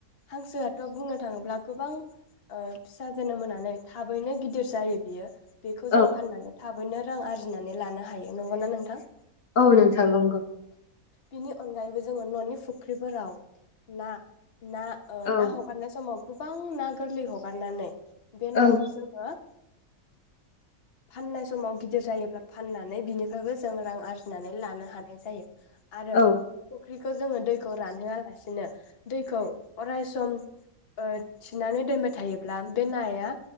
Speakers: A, on the left (about 45°); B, on the left (about 65°).
A: हांसोआथ' बुंनो नो थाङोब्ला ओ गोबां फिसा जोनोम होनानै थाबैनो गिदिर जायो बियो बेखौ
B: औ
A: जों फाननानै थाबैनो रां आरजिनानै लानो हायो नंगौना नोंथां
B: औ नोंथां नंगौ
A: बेनि अनगायैबो जोङो न'नि फुख्रिफोराव ना ना
B: औ
A: ना हगारनो समाव गोबां ना गोरलै हगारनानै बे
B: औ
A: नाखौ जोङो ओ फाननाय समाव गिदिर जायोब्ला फाननानै बिनिफ्रायबो जों रां आरजिनानै लानो हानाय जायो आरो
B: औ
A: ख्रिखौ जोङो दैखौ रानहोआलासिनो दैखौ अराय सम ओ थिनानै दोनबाय थायोब्ला बे नाया